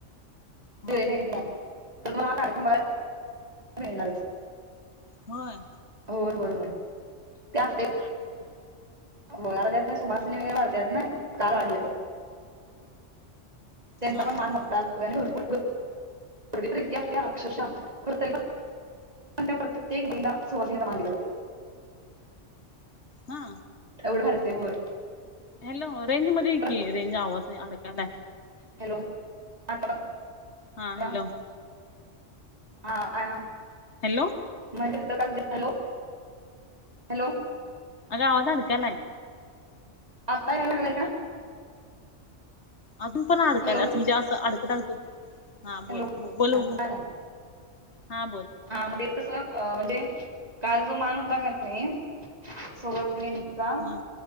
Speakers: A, on the left; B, on the right.
A: हा
B: जुलै महिन्यातला तरी तुम्हाला हा कार्यक्रम बघायला मिळणारच.
A: होय.
B: होय होय होय त्या.
A: अच्छा.
B: हो त्याच त्या नाही सुभासिणी वगैरे वाढत नाही काल वाढल्यात. त्यांचा
A: हा
B: पण
A: हा
B: मान मोठा असतो भरपूर गर्दी. गर्दी तर इतकी असत्या अक्षरशःप्रत्येक बाईला सुवासिनीचा मान दिला जातो.
A: हा.
B: एवढ भारी असतं होय.
A: हॅलो रेंज मध्ये ये की
B: परत
A: रेंज आवाज अडकायला.
B: हॅलो <inaudible>
A: हा
B: बघा
A: हॅलो.
B: हा अ <unintelligible>
A: हॅलो.
B: म्हण तथं काल हॅलो. हॅलो
A: अग आवाज आडकलाय.
B: आत्ता यायला लागलाय का.
A: अजून पण अडकायला
B: हॅलो
A: असं म्हणजे असं अडकत अडकत हा
B: हॅलो
A: बोल बोल बघू.
B: आता आलाय.
A: हा बोल.
B: हा म्हणजे कस म्हणजे काल जो मान होता का नाही सुहासिनीचा.
A: हम्म